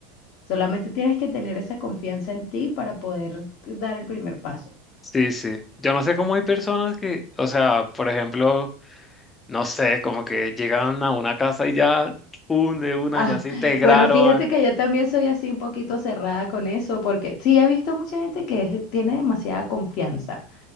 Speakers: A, on the left; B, on the left.
A: Solamente tienes que tener esa confianza en ti para poder dar el primer paso.
B: Sí, sí. Yo no sé cómo hay personas que, o sea, por ejemplo, no sé, como que llegan a una casa y ya, pum, de una,
A: Ah,
B: ya se integraron,
A: bueno, fíjate que yo también soy así un poquito cerrada con eso, porque sí he visto mucha gente que es- tiene demasiada confianza.